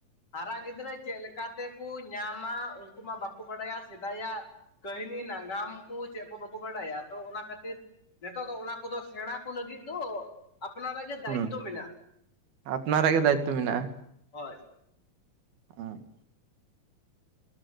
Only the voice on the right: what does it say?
ᱦᱩᱸ
ᱟᱯᱱᱟᱨᱟᱜ ᱜᱮ ᱫᱟᱭᱤᱛᱛᱚ ᱢᱮᱱᱟᱜᱼᱟ᱾
ᱦᱩᱸ᱾